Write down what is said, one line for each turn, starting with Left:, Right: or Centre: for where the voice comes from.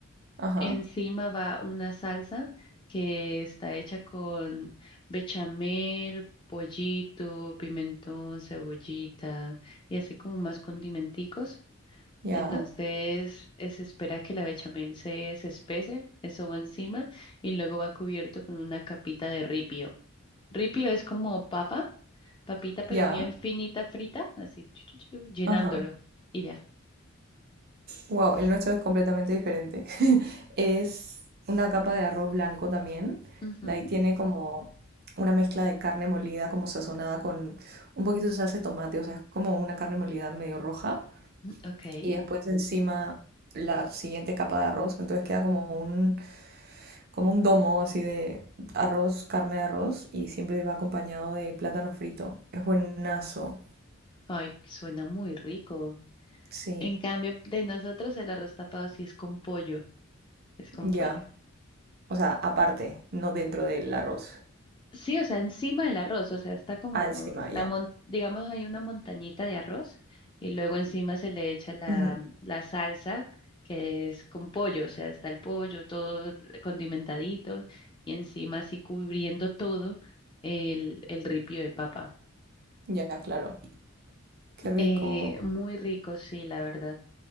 Right: Ajá.
Left: Encima va una salsa que está hecha con bechamel, pollito, pimentón, cebollita y así como más condimenticos.
Right: Ya.
Left: Entonces eh, se espera que la bechamel se, se espese, eso va encima y luego va cubierto con una capita de ripio. Ripio es como papa, papita pero
Right: Ya.
Left: bien finita frita, así chu, chu, chu, llenándolo
Right: Ajá.
Left: y ya.
Right: Wow, el nuestro es completamente diferente. <laughs> Es una capa de arroz blanco también.
Left: Ujú.
Right: De ahí tiene como una mezcla de carne molida, como sazonada con un poquito de salsa de tomate. O sea, es como una carne molida medio roja.
Left: Ok.
Right: Y después encima la siguiente capa de arroz. Entonces queda como un, como un domo así de arroz, carne de arroz y siempre va acompañado de plátano frito. Es buenazo.
Left: Ay, suena muy rico.
Right: Sí,
Left: En cambio, de nosotros el arroz tapado sí es con pollo, es con
Right: ya.
Left: pollo.
Right: O sea, aparte, no dentro del arroz.
Left: Sí, o sea, encima del arroz, o sea, está como
Right: Ah, encima,
Left: la
Right: ya.
Left: mon- digamos hay una montañita de arroz y luego encima se le echa la,
Right: Ujú,
Left: la salsa que es con pollo, o sea, está el pollo todo condimentadito y encima así cubriendo todo el, el ripio de papa.
Right: Ya, claro. Qué rico.
Left: Eh, muy rico, sí, la verdad.